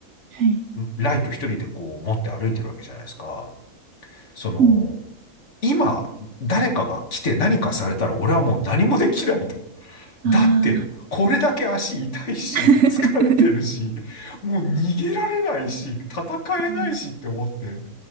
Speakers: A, on the right; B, on the left.
A: はい。
B: んライト一人でこう持って歩いてるわけじゃないですか。その、
A: うん。
B: 今、誰かが来て何かされたら俺はもう何もできないと。
A: あ
B: だって、
A: あ。
B: これだけ足痛いし、
A: うん <laughs>
B: 疲れてるし、もう逃げられないし、戦えないしって思って。
A: あー